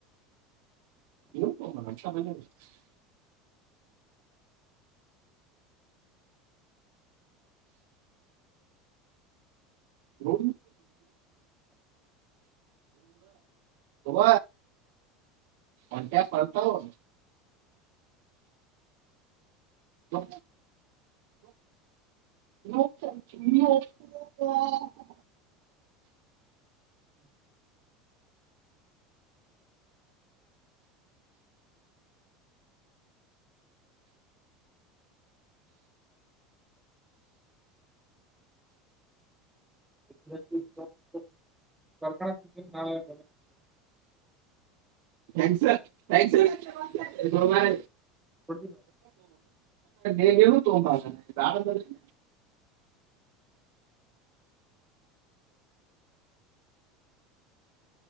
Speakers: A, on the right; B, in the centre.
A: ಇ ಬ <unintelligible> ರ <inaudible> ಹ ಒಂಟ್ಯಾ ಪತ <unintelligible> ಹ <inaudible> ನೀ <unintelligible>
B: ಹ್ಮ್ಮ್. <inaudible> ಹ್ಮ್ಮ್. <inaudible>
A: ್ಯಾ ್ಯಾ <inaudible>
B: ಕೊಡ್ತೀನಿ,
A: ೇ ನೀ ತಊ ಬಾಸ ಬರ <inaudible>